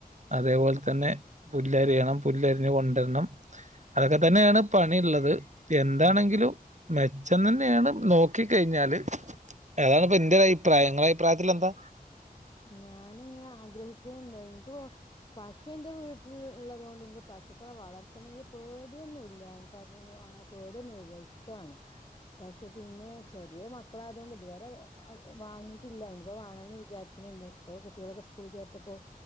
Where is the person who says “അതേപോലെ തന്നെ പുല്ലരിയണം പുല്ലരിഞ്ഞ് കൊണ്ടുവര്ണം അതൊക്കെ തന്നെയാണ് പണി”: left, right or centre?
Right